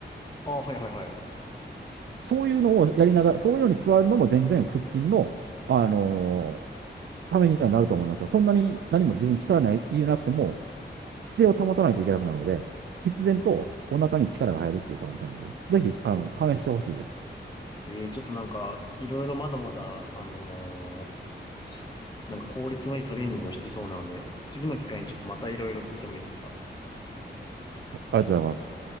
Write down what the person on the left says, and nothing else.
ああ、はいはいはい。
あー
えー、ちょっとなんか、いろいろまだまだ、あのーなんか効率のいいトレーニングをしてそうなので、次の機会にちょっとまたいろいろ聞いてもいいですか